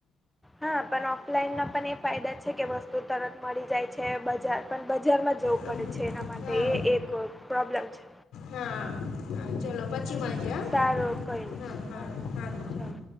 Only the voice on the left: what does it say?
હા
હા
હા હા ચલો પછી મળજે હા
હા હા હારુ.